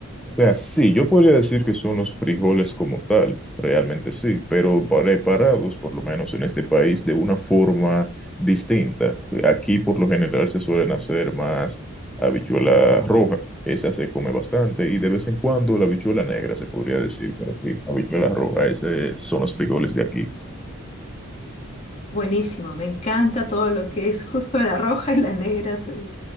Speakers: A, in the centre; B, on the left.
A: O sea, sí, yo podría decir que son los frijoles como tal, realmente sí, pero preparados, por lo menos en este país, de una forma distinta. Aquí por lo general se suelen hacer más habichuela roja, esa se come bastante, y de vez en cuando la habichuela negra se podría decir, pero sí, habichuela roja, esos son los frijoles de aquí.
B: Buenísimo, me encanta todo lo que es justo la roja y las negras, eh,